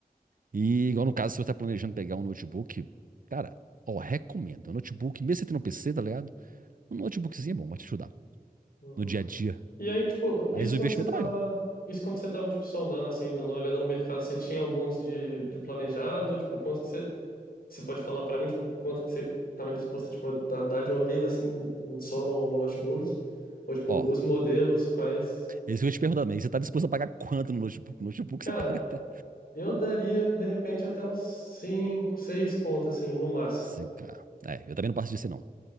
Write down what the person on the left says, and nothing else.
Uhum.
E aí, tipo, isso
quando
você tava,
isso quando você tava, tipo, sondando, assim, dando uma olhada no mercado, você tinha alguns de, de planejado? Tipo, quanto que você, você pode falar pra mim, tipo, quanto que você tava disposto, tipo, a dar de uma vez, assim, só no, no notebook? Ou, tipo,
os modelos, quais...
Cara,
eu daria, de repente, até uns 5, 6 contas, assim, no máximo.